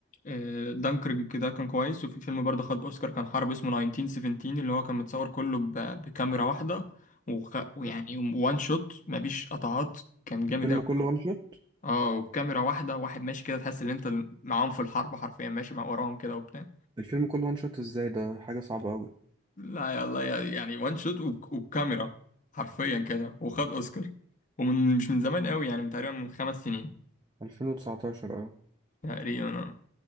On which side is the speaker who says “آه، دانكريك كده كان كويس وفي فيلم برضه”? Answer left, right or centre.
Left